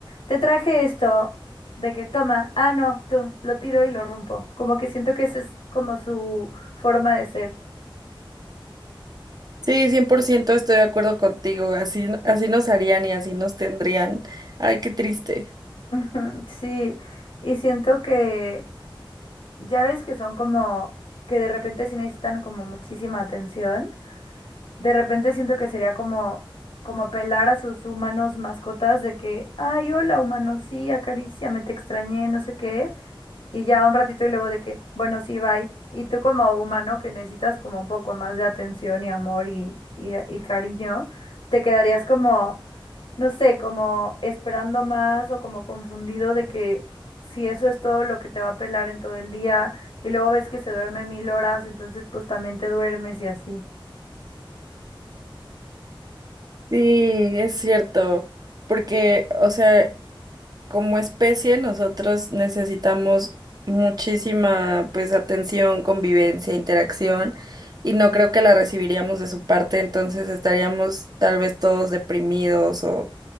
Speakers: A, on the left; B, on the right.
A: te traje esto, de que toma, ah, no, tú, lo tiro y lo rompo. Como que siento que esa es como su forma de ser.
B: Sí, 100% estoy de acuerdo contigo. Así, así nos harían y así nos tendrían. Ay, qué triste.
A: <laughs> Ujú, Sí, y siento que ya ves que son como que de repente sí necesitan como muchísima atención. De repente siento que sería como, como apelar a sus humanos mascotas de que, ay, hola, humano, sí, acaríciame, te extrañé, no sé qué. Y ya un ratito y luego de que, bueno, sí, bye. Y tú como humano que necesitas como un poco más de atención y amor y, y, y cariño, te quedarías como, no sé, como esperando más o como confundido de que si eso es todo lo que te va a apelar en todo el día y luego ves que se duerme mil horas, entonces pues también te duermes y así.
B: Sí, es cierto. Porque, o sea, como especie nosotros necesitamos muchísima, pues, atención, convivencia, interacción, y no creo que la recibiríamos de su parte, entonces estaríamos tal vez todos deprimidos o,